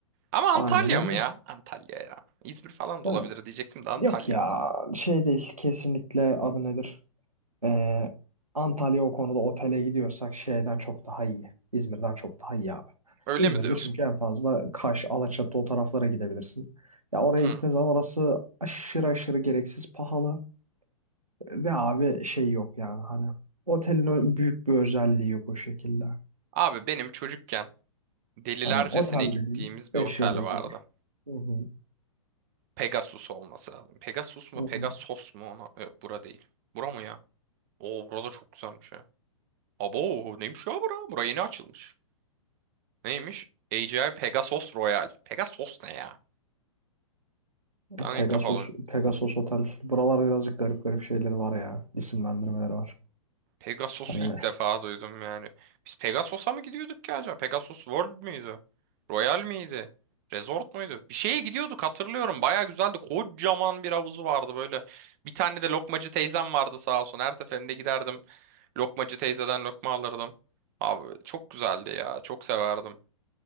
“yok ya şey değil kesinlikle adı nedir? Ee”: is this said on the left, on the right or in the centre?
Right